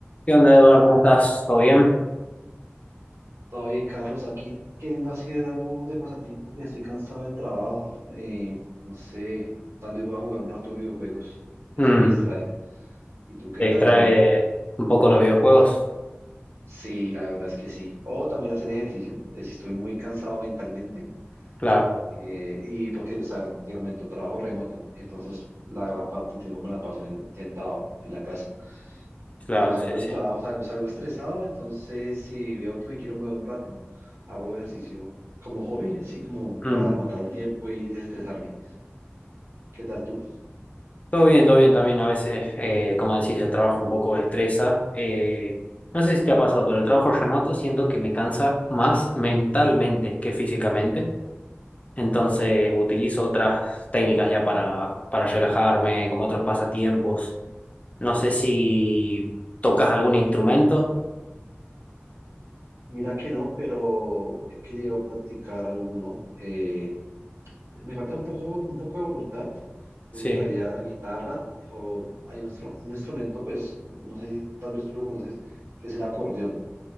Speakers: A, on the left (about 30°); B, on the right (about 80°).
A: ¿Qué onda, Eduardo? ¿Cómo estás? ¿Todo bien?
B: Todo bien, Carlos, aquí queriendo hacer algo de pasatiempo, ya estoy cansado del trabajo. Eh, no sé, tal vez voy a jugar un rato videojuegos, eso
A: Mm,
B: me distrae. ¿Y tú qué
A: ¿te
B: tal
A: distrae
B: que?
A: un poco los videojuegos?
B: Sí, la verdad es que sí. O también hacer ejercicio, eh, si estoy muy cansado mentalmente.
A: Claro,
B: eh, y porque, o sea, te comento, trabajo remoto, entonces la gran parte del tiempo me la paso en- sentado en la casa.
A: claro,
B: Cuando salgo
A: sí,
B: del
A: sí.
B: trabajo salgo, salgo estresado, entonces si veo que me quiero mover un rato, hago ejercicio como hobby, así como para
A: Mm.
B: matar el tiempo y desestresarme. ¿Qué tal tú?
A: Todo bien, todo bien también. A veces, eh, como decís, el trabajo un poco estresa. Eh, no sé si te ha pasado, pero el trabajo remoto siento que me cansa más mentalmente que físicamente. Entonces utilizo otras técnicas ya para, para relajarme, como otros pasatiempos. No sé si tocas algún instrumento.
B: Mira que no, pero he querido practicar alguno. eh, me falta un poco, un poco de voluntad. Me
A: Sí.
B: gustaría la guitarra o hay un, instru- un instrumento, pues no sé si tal vez tú lo conoces, que es el acordeón.